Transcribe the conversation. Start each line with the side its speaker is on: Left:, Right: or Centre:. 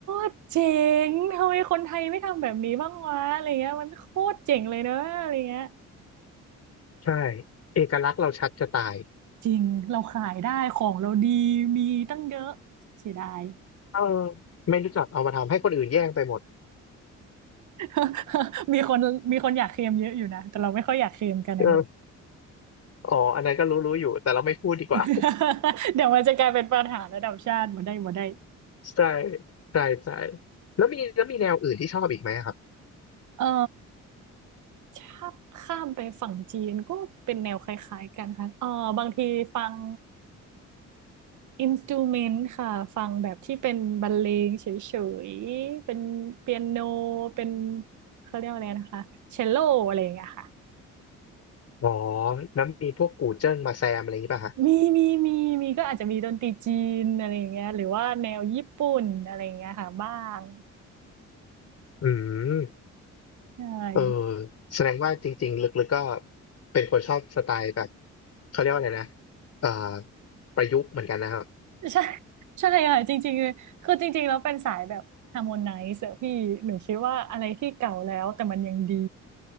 Right: ตรเจ๋งทำไมคนไทยไม่ทำแบบนี้บ้างวะอะไรเงี้ยมันโคตรเจ๋งเลยเนอะอะไรเงี้ย
Left: ใช่เอกลักษณ์เราชัดจะตาย
Right: จริงเราขายได้ของเราดีมีตั้งเยอะเสียดาย
Left: เออไม่รู้จักเอามาทำให้คนอื่นแย่งไปหมด
Right: <laughs> มีคนมีคนอยากเคลมเยอะอยู่นะแต่เราไม่ค่อยอยากเคลมกันนะงง
Left: เอออ๋ออันนั้นก็รู้รู้อยู่แต่เราไม่พูดดีกว่า
Right: <laughs> เดี๋ยวมันจะกลายเป็นปัญหาระดับชาติมาได้มาได้
Left: <laughs> ใช่ใช่ใช่แล้วมีแล้วมีแนวอื่นที่ชอบอีกไหมอะครับ
Right: เออ ถ้าข้ามไปฝั่งจีนก็เป็นแนวคล้ายๆกันค่ะเออบางทีฟังอินสตูเมนต์ค่ะฟังแบบที่เป็นบรรเลงเฉยๆเป็นเปียโนเป็นเขาเรียกว่าอะไรนะคะเชลโลอะไรอย่างเงี้ยค่ะ
Left: อ๋อแล้วมีพวกกูเจิ้งมาแซมอะไรอย่างนี้ป่ะฮะ
Right: มีมีมีมีก็อาจจะมีดนตรีจีนอะไรอย่างเงี้ยหรือว่าแนวญี่ปุ่นอะไรอย่างเงี้ยค่ะบ้าง
Left: อืม
Right: ใช่
Left: เออแสดงว่าจริงๆลึกๆก็เป็นคนชอบสไตล์แบบเขาเรียกว่าอะไรนะเอ่อประยุกต์เหมือนกันนะครับ
Right: ใช่ใช่ค่ะจริงๆคือจริงๆแล้วเป็นสายแบบฮาร์โมไนซ์อะพี่หนูคิดว่าอะไรที่เก่าแล้วแต่มันยังดี